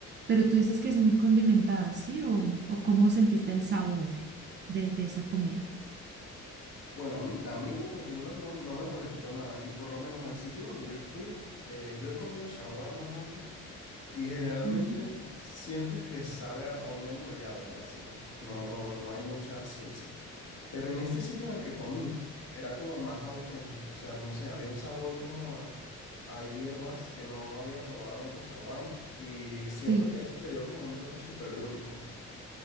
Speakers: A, on the right; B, on the left.
A: Pero tú dices que es muy condimentada, ¿sí? ¿O, o cómo sentiste el sabor de, de esa comida?
B: Bueno, a mí, a mí en lo particular no, no me molestó nada y por lo menos al sitio donde yo fui, eh, yo he comido shawarmas antes y generalmente
A: Ujú.
B: sientes que sabe a, a un enrollado y ya, o sea, no, no, no hay mucha ciencia. Pero en este sitio en el que comí era como más auténtico, o sea, no sé, había un sabor como a, a hierbas que no había probado en otro shawarma y siento
A: Sí,
B: que eso le dio como un toque súper único.